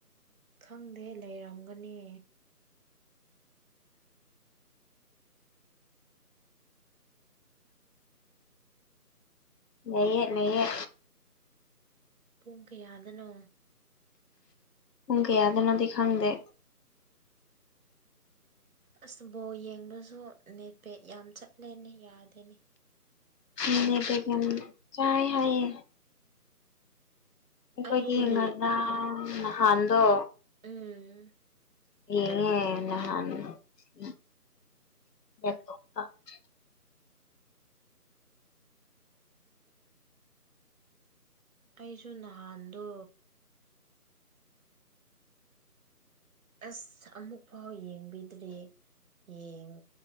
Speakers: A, on the right; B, on the left.
A: ꯈꯪꯗꯦ ꯂꯩꯔꯝꯒꯅꯤ
B: ꯂꯩꯌꯦ ꯂꯩꯌꯦ
A: ꯄꯨꯡ ꯀꯌꯥꯗꯅꯣ
B: ꯄꯨꯡ ꯀꯌꯥꯗꯅꯣꯗꯤ ꯈꯪꯗꯦ
A: ꯑꯁ ꯕꯣꯜ ꯌꯦꯡꯕꯖꯨ ꯅꯦꯠꯄꯦꯛ ꯌꯥꯝ ꯆꯠꯂꯦꯅꯦ ꯌꯥꯗꯦꯅꯦ
B: ꯎꯝ ꯅꯦꯠꯄꯦꯛ ꯌꯥꯝ ꯆꯥꯏ ꯍꯥꯏꯌꯦ ꯑꯩꯈꯣꯏꯗꯤ
A: ꯑꯩꯒꯤ
B: ꯉꯔꯥꯡ ꯅꯍꯥꯟꯗꯣ
A: ꯎꯝ
B: <unintelligible> <unintelligible>
A: ꯑꯩꯁꯨ ꯅꯍꯥꯟꯗꯣ ꯑꯁ ꯑꯃꯨꯛꯐꯥꯎ ꯌꯦꯡꯕꯤꯗ꯭ꯔꯤꯌꯦ ꯌꯦꯡ